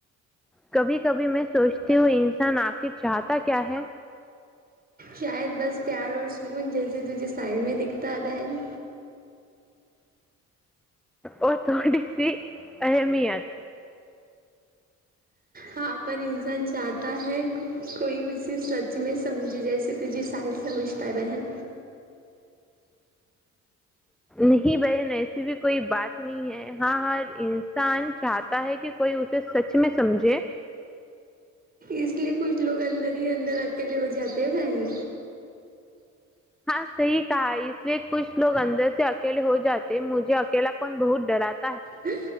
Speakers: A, in the centre; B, on the right.
A: کبھی کبھی میں سوچتی ہوں انسان آخر چاہتا کیا ہے
B: شاید بس پیار اور سکون جیسے تجھے سٹحل میں دکھتا ہے بہن
A: اور تھوڑی سی اہمیت
B: ہاں پر انسان چاہتا ہے کوئی اسے سچ میں سمجھے جیسے تجھے ساری سمجھتا ہے بہن
A: نہیں بہن ایسی بھی کوئی بات ہے ہاں ہر <unintelligible> انسان چاہتا ہے کہ کوئی اسے سچ میں سمجھے
B: اس لیے کچھ لوگ اندر ہی اندر اکیلے ہو جاتے ہیں بہن
A: صحی <unintelligible> اس لیے کچھ لوگ اندر سے اکیلے ہو جاتے مجھے اکلا پن بہت ڈرات
B: ہ